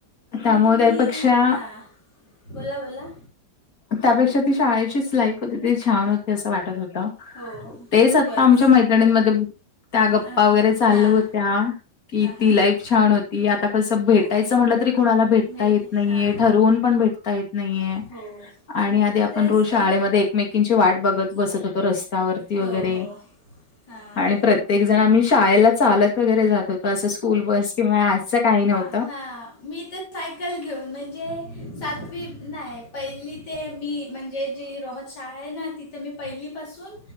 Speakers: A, on the left; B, on the left.
A: त्यामुळे
B: मग तुम्ही,
A: त्यापेक्षा
B: हां बोला बोला.
A: त्यापेक्षा ती शाळेचीचं लाईफ होती ती छान होती असं वाटत होतं.
B: हो
A: तेच
B: खूपच
A: आत्ता आमच्या मैत्रिणींमध्ये त्या
B: हां
A: गप्पा वगैरे चालु
B: हां
A: होत्या कि
B: हां
A: ती लाईफ
B: हां
A: छान होती, आता कसं भेटायचं
B: हो
A: म्हटलं तरी कुणाला भेटता
B: भेट
A: येत नाहीये,
B: हां
A: ठरवून पण भेटता येत नाहीये.
B: हो
A: आणि आधी आपण
B: तेच
A: रोज
B: तर
A: शाळेमध्ये एकमेकींची वाट बघत बसत होतो रस्त्यावर ती
B: हो
A: वगैरे.
B: हो हां
A: आणि प्रत्येक जण मी शाळेला चालंत वगैरे जात होतो, असं स्कूल बस किंवा आसं काही नव्हंत.
B: हा मी त सायकल घेऊन म्हणजे सातवी त नाही. पहिली ते मी म्हणजे जी रोहत शाळा आहे ना तिथं मी पहिलीपासून